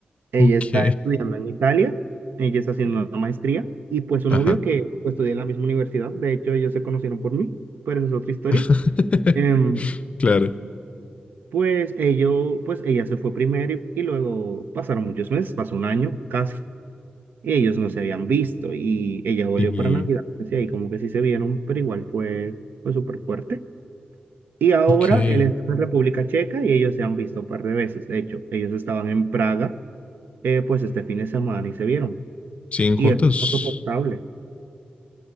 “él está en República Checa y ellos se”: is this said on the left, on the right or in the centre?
Right